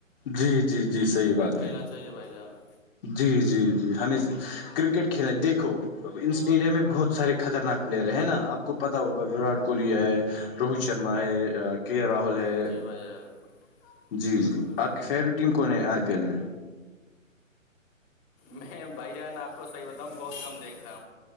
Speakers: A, on the left; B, on the left.
A: جی جی جی صحیح
B: کرکٹ
A: بات
B: کھیلنا
A: ہے
B: چاہیے بھائی جان
A: جی جی جی ہمیں کرکٹ کھیلے دیکھو اس انڈیا میں بہت سارے خطرناک پلیئر ہیں نا آپ کو پتتا ہوگا وراٹ کوہلی ہےئے روہت شرما ہے کے راہل ہے
B: جی بھائی جان
A: جی
B: بالکل
A: جی
B: بالکل
A: آپ کی فیوریٹ ٹیم کون ہے آئی پی ایل میں
B: میں بھائی جان آپ کو صحیح بتاؤں بہت کم دیکھ